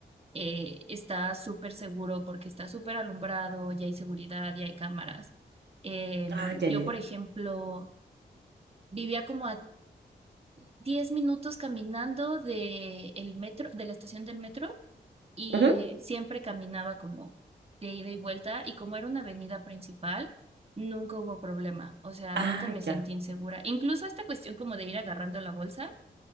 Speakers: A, on the right (about 35°); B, on the right (about 70°).
A: eh, está súper seguro porque está súper alumbrado, ya hay seguridad, ya hay cámaras. Eh,
B: Ah,
A: yo,
B: ya, ya, ya.
A: por ejemplo, vivía como a 10 minutos caminando de el metro, de la estación del metro y
B: Ujú.
A: siempre caminaba como de ida y vuelta y como era una avenida principal, nunca hubo problema, o sea,
B: Ah,
A: nunca me sentí
B: ya.
A: insegura. Incluso esta cuestión como de ir agarrando la bolsa,